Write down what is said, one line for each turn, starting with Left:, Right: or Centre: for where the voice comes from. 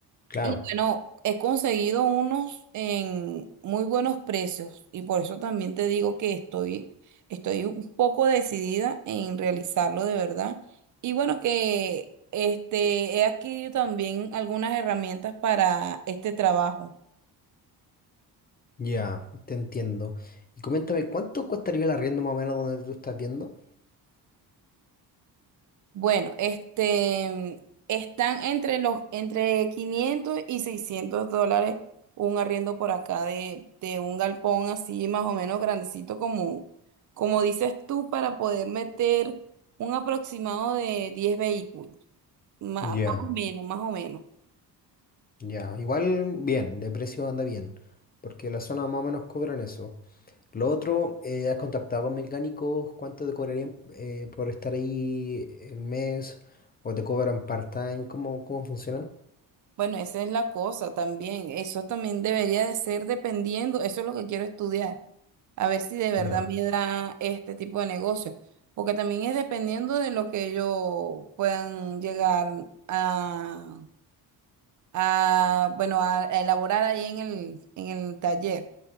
Left: claro,
Right: Y bueno, he conseguido unos en muy buenos precios y por eso también te digo que estoy, estoy un poco decidida en realizarlo de verdad. Y bueno, que este, he adquirido también algunas herramientas para este trabajo.
Left: ya, te entiendo. Y coméntame, ¿cuánto costaría el arriendo más o menos donde tú estás viendo?
Right: Bueno, este, están entre los, entre 500 y 600 dólares un arriendo por acá de, de un galpón así más o menos grandecito como, como dices tú, para poder meter un aproximado de 10 vehículos, má-
Left: Ya,
Right: más, o menos, más o menos.
Left: ya, igual bien, de precio anda bien, porque la zona más o menos cobran eso. Lo otro, eh, ¿has contactado con mecánicos? ¿Cuánto te cobrarían eh, por estar ahí el mes? ¿O te cobran part-time? ¿Cómo, cómo funciona?
Right: Bueno, esa es la cosa también. Eso también debería de ser dependiendo. Eso es lo que quiero estudiar. A ver si de verdad
Left: Ya.
Right: me da este tipo de negocio. Porque también es dependiendo de lo que ellos puedan llegar a, a bueno, a elaborar ahí en el, en el taller.